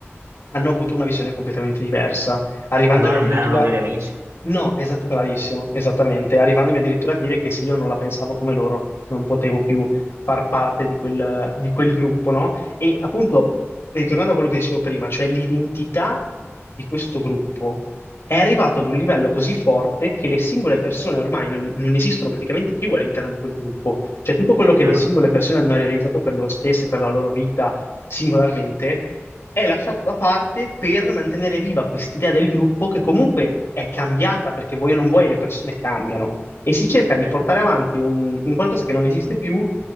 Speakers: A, on the left; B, on the right.
A: hanno avuto una visione completamente diversa, arrivandomi
B: Allora
A: addirittura...
B: non erano veri amici,
A: No, esatto, bravissimo, esattamente, arrivandomi addirittura a dire che se io non la pensavo come loro non potevo più far parte di quel, di quel gruppo, no? E appunto, ritornando a quello che dicevo prima, cioè l'identità di questo gruppo è arrivato ad un livello così forte che le singole persone ormai non, non esistono praticamente più all'interno di quel gruppo. Cioè tutto quello che
B: chiaro?
A: le singole persone hanno realizzato per loro stesse, per la loro vita singolarmente, è lasciato da parte per mantenere viva quest'idea del gruppo che comunque è cambiata perché vuoi o non vuoi le persone cambiano e si cerca di
B: Sì,
A: portare avanti un, un qualcosa che non esiste più